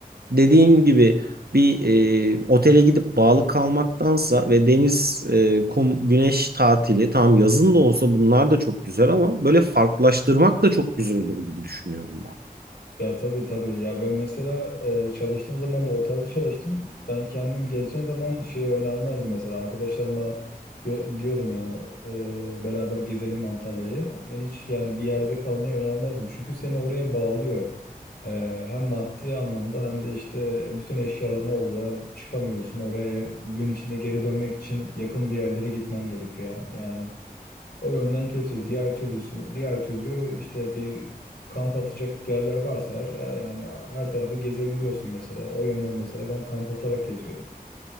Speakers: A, on the right (about 75°); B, on the left (about 85°).
A: dediğin gibi bir e, otele gidip bağlı kalmaktansa ve deniz, e, kum, güneş tatili tamam yazın da olsa bunlar da çok güzel ama böyle farklılaştırmak da çok güzel olur gibi düşünüyorum ben.
B: Ya tabii tabii. Ya ben mesela e, çalıştığım zaman da otelde çalıştım. Ben kendim gezeceğim zaman şeyi önermezdim mesela. Arkadaşlarıma diyo- diyordum yani e, beraber gezelim Antalya'yı. E, Hiç yani bir yerde kalmayı önermezdim. Çünkü seni oraya bağlıyor. E, hem maddi anlamda hem de işte bütün eşyaların olacağı çıkamıyorsun. Oraya ya- gün içinde geri dönmek için yakın bir yerlere gitmen gerekiyor. ya. Yani o yönden kötü. Diğer türlüsü, diğer türlü işte bir kamp atacak yerler varsa eğer, ya- yani her tarafı gezebiliyorsun mesela. O yönden mesela ben kamp atarak geziyordum.